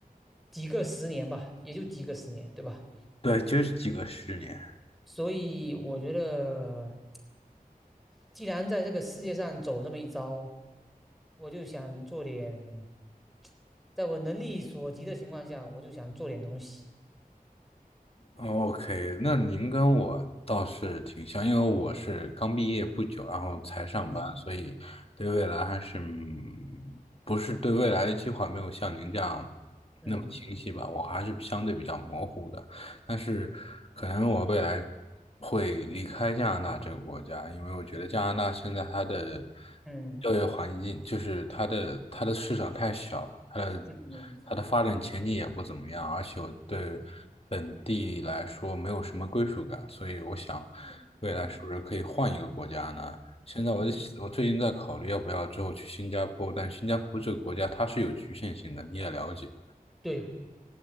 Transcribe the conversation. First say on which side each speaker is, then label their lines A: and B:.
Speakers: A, in the centre; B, on the left.
A: 几个十年吧，也就几个十年，对吧？
B: 对，就是几个十年。
A: 所以我觉得。既然在这个世界上走这么一遭，我就想做点，在我能力所及的情况下，我就想做点东西。
B: OK，那您跟我倒是挺像，因为我是刚毕业不久，然后才上班，
A: 嗯
B: 所以对未来还是嗯不是对未来的计划没有像您这样
A: 嗯
B: 那么清晰吧，我还是相对比较模糊的。但是可能我未来会离开加拿大这个国家，因为我觉得加拿大现在它的
A: 嗯
B: 就业环境，就是它的它的市场太小了，它的
A: 嗯嗯
B: 它的发展前景也不怎么样，而且我对本地来说没有什么归属感，
A: 嗯
B: 所以我想
A: 嗯嗯，
B: 未来是不是可以换一个国家呢？现在我在我最近在考虑要不要之后去新加坡，
A: 嗯
B: 但新加坡这个国家它是有局限性的，你也了解。
A: 对